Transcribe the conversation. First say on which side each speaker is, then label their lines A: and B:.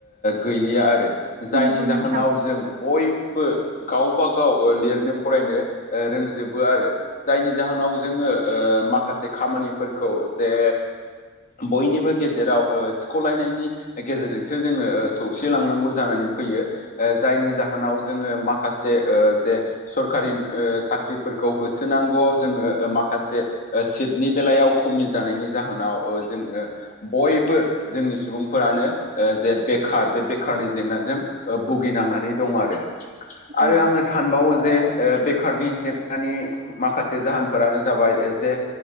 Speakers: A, on the left; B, on the right.
A: गैलिया आरो जायनि
B: नंगौ
A: जाहोनाव
B: नोंथां
A: जों बयबो गावबाागाव लिरनो फरायनो रोंजोबो आरो जायनि जाहोनाव जोङो ओ माखासे खामानिफोरखौ जे बयनिबो गेजेराव ओ सिख'लायनायनि गेजेरजोंसो जोङो सौसिलांनांगौ जानानै फैयो जायनि जाहोनाव जोङो माखासे जे सरकारि साख्रिफोरखौ होसोनांगौआव जोङो माखासे सिटनि बेलायाव खमि जानायनि जाहोनाव जोङो बयबो जोंनि सुबुंफोरानो जे बेखार बे बेखारनि जेंनाजों भुगिनांनानै दं आरो आरो
B: औ
A: आङो सानबावो जे सखारनि जेंनानि माखासे जाहोनफोरानो जाबाय जे